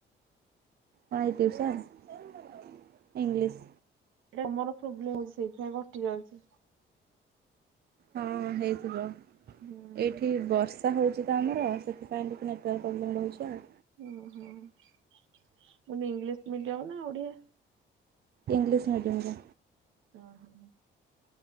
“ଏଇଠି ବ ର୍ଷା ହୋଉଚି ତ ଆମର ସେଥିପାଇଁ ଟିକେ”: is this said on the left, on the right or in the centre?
Right